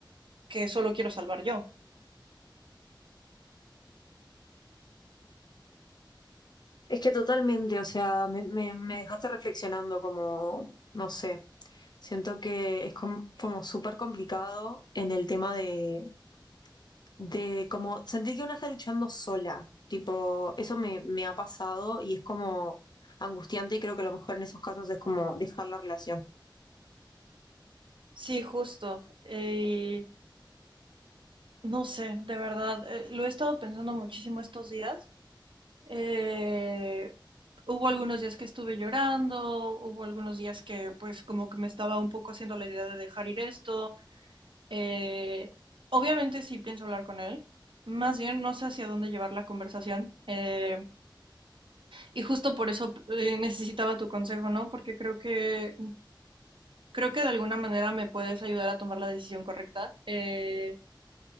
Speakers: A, on the right; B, on the left.
A: que solo quiero salvar yo.
B: Es que totalmente, o sea, me, me, me dejaste reflexionando como, no sé, siento que es com- como súper complicado en el tema de, de como sentir que una está luchando sola, tipo, eso me, me ha pasado y es como angustiante y creo que a lo mejor en esos casos es como dejar la relación.
A: Sí, justo. Eh, no sé, de verdad, eh, lo he estado pensando muchísimo estos días. Eh, hubo algunos días que estuve llorando, hubo algunos días que pues como que me estaba un poco haciendo la idea de dejar ir esto, Eh, obviamente sí pienso hablar con él. Más bien no sé hacia dónde llevar la conversación. Eh, y justo por eso eh, necesitaba tu consejo, ¿no? Porque creo que, creo que de alguna manera me puedes ayudar a tomar la decisión correcta. Eh,